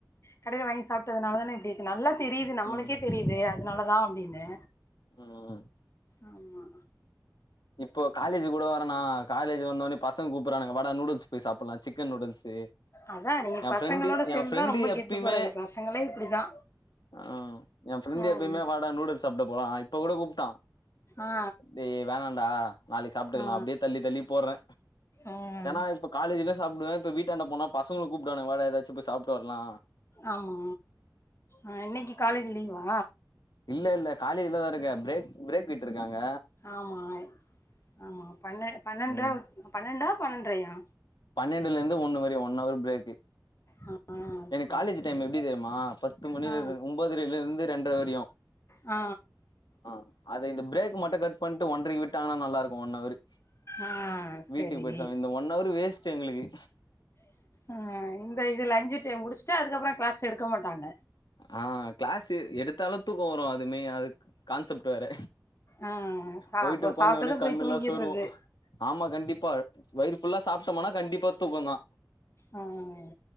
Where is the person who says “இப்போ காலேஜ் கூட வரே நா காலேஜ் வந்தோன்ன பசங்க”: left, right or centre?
Left